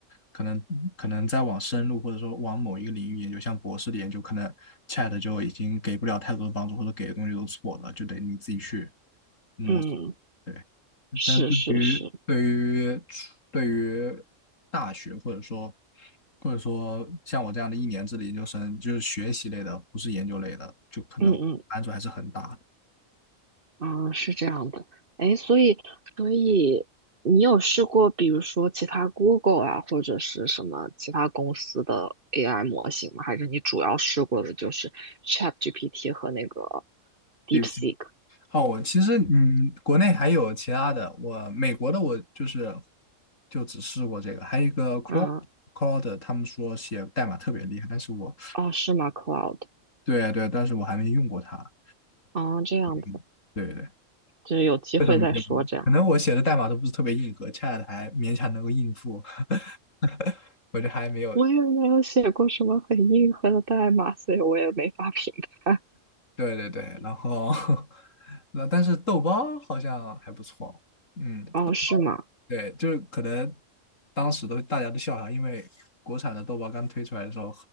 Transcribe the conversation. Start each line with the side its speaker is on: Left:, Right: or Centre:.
Left: 可能可能再往深入或者说往某一个领域研究，像博士的研究，可能 Chat 就已经给不了太多的帮助，或者给的东西都是错了，就得你自己去摸索。
Right: 嗯，
Left: 对。
Right: 是是是，
Left: 但是对于对于对于大学或者说或者说像我这样的一年制的研究生，就是学习类的，不是研究类的，就可能难度还是很大的。
Right: 嗯嗯嗯，是这样的，哎，所以所以你有试过，比如说其他 Google 啊，或者是什么其他公司的 AI 模型吗？还是你主要试过的就是 ChatGPT 和那个 DeepSeek？
Left: 对不起好，我其实嗯，国内还有其他的，我美国的我就是就只试过这个，还有一个 Claude
Right: 嗯，
Left: Claude，他们说写代码特别厉害，但是我
Right: 哦，是吗？Cloud？
Left: 对对，但是我还没用过它。
Right: 哦，这样子，
Left: 嗯，对对。
Right: 就是有机会再说这样。
Left: 嗯可能我写的代码都不是特别硬核 c h a 还勉强能够应付，<laughs> 我就还没有。
Right: 我也没有写过什么很硬核的代码，所以我也没法评判。
Left: 对对对，然后 <laughs> 那但是豆包好像还不错，嗯，
Right: 哦，是吗？
Left: 对，就是可能当时都大家都笑他，因为国产的豆包刚推出来的时候